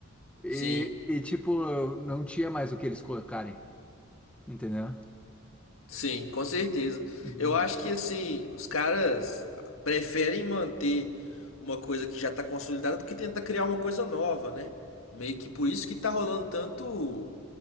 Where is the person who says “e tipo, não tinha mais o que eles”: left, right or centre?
Centre